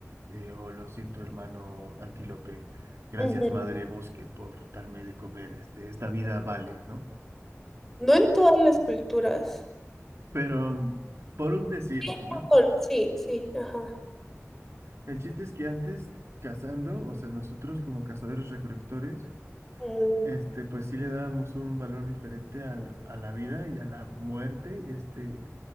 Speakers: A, on the right; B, in the centre.
A: eh, oh, lo siento, hermano antílope, gracias,
B: Ujú.
A: madre bosque, por darme de comer, este, esta vida vale, ¿no?
B: No en todas las culturas.
A: Pero por un decir,
B: Sí,
A: ¿no?
B: Japón, sí, sí, ajá.
A: El chiste es que antes, cazando, o sea, nosotros como cazadores recolectores,
B: Mm,
A: este, pues sí le dábamos un valor diferente al- a la vida y a la muerte, este,